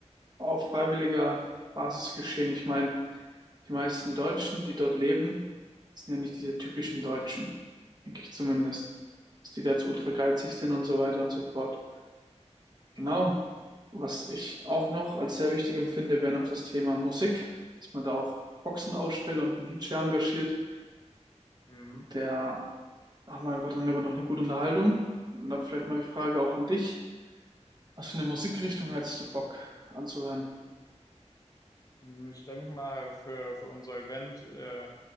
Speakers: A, on the right (about 35°); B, on the left (about 30°).
A: auf freiwilliger Basis geschehen. Ich meine, die meisten Deutschen, die dort leben, sind ja nicht diese typischen Deutschen, denke ich zumindest, dass die da jetzt ultra geizig sind und so weiter und so fort.
B: Mhm.
A: Genau. Was ich auch noch als sehr wichtig empfinde, wäre noch das Thema Musik, dass man da auch Boxen aufstellt und einen DJ engagiert,
B: Mhm.
A: der Machen wir einfach dann lieber noch eine gute Unterhaltung. Und da vielleicht mal die Frage auch an dich. Was für eine Musikrichtung hättest du Bock anzuhören?
B: Hm, Ich denke mal, für, für unser Event äh,